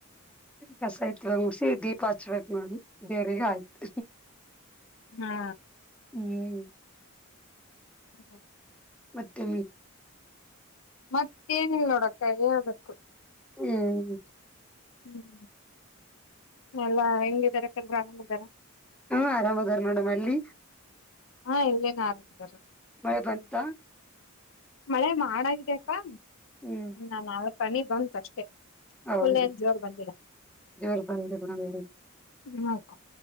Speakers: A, in the centre; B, on the left (about 65°).
A: ಕಸಾಯತ್ ಒಂಗ ಮುಸಿ ದೀಪ ಹಚ್ಬೇಕಕ್ ನಾನು ದೇವ್ರಿಗೆ ಆಯ್ತು
B: ಹಾ
A: ಹ್ಮ್
B: ಹಾ
A: ಮತ್ತೆ
B: ಮತ್ತೇಏನಿಲ್ಲ ನೋಡಾಕ ಹೇಳ್ಬೇಕು
A: ಹ್ಮ್
B: ಹ್ಮ್ ಎಲ್ಲ ಹೆಂಗಿದಾರ ಕೆಲ್ ಗ ಬ್ರಾಂಡ್ಮುಗ್ಧರ
A: ಹಾ ಆರಾಮ್ದಾರ ಮೇಡಮ್ ಅಲ್ಲಿ
B: ಹಾ ಎಲ್ಲೇನ ಆರಾಮದಾರ
A: ಮ ಬಂತ
B: ಮಳೆ ಮಾಡಾಗಿದೆ ಅಕ್ಕನ್ನಾ
A: ಹ್ಮ್
B: ನಾಲ್ಕನಿ ಬಂತ ಅಷ್ಟೇ
A: ಹೌದು
B: ಫುಲ್ ಏನ್ ಜೋರ್ ಬಂದಿಲ್ಲ
A: ಜೋರ್ ಬಂದ ಮಿಣಿ
B: ಟಿವಿ ನೋಡಕ